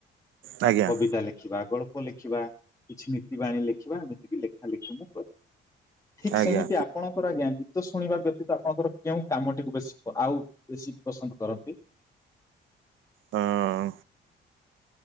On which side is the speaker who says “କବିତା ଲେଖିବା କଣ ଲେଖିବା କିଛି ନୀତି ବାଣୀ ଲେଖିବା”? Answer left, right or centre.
Left